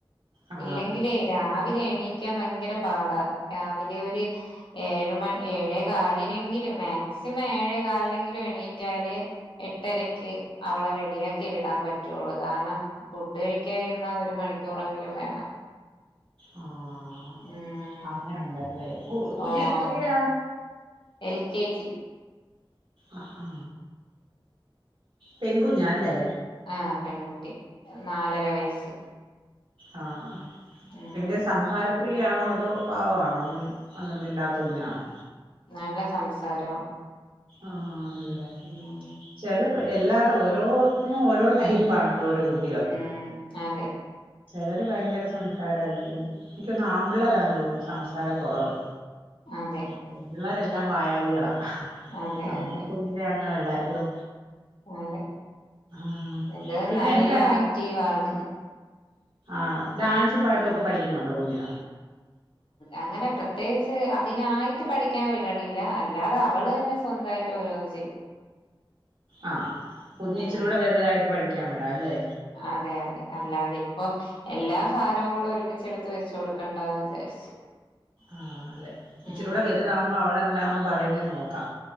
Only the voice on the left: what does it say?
ഇല്ലെങ്കിലേ രാവിലെ എണീക്കാൻ ഭയങ്കര പാടാ രാവിലെ ഒരു ഏഴ് മണി ഏഴേ കാലിനെങ്കിലും മാക്സിമം ഏഴേ കാലിനെങ്കിലും എണീറ്റാലെ എട്ടരക്ക് അവളെ റെഡിയാക്കി വിടാൻ പറ്റുവൊള്ളു കാരണം ഫുഡ് കഴിക്കാൻ ഇരുന്നാ ഒരു മണിക്കൂറെങ്കിലും വേണം
ഉം
ഓഹ്
എൽ കെ ജി
ആഹ് പെൺകുട്ടി നാലര വയസ്സ്
ഉം
നല്ല സംസാരാ
ഉം
ഉം അതെ
അതെ
അതെ
അതെ
അതെ
ഇത്
നല്ല
ആക്റ്റീവാണ്
ഉം
അങ്ങനെ പ്രത്യേകിച്ച് അതിനായിട്ട് പഠിക്കാൻ വിടണില്ല. അല്ലാതെ അവള് തന്നെ സ്വന്തായി ട്ട് ഓരോന്ന് ചെയ്യും
ഉം
അതെ അതെ അല്ലാതെ ഇപ്പം എല്ലാ ഭാരവും കൂടെ ഒരുമിച്ചെടുത്ത് വെച്ചു കൊടുക്കണ്ടാന്ന് വിചാരിച്ചു
ഉം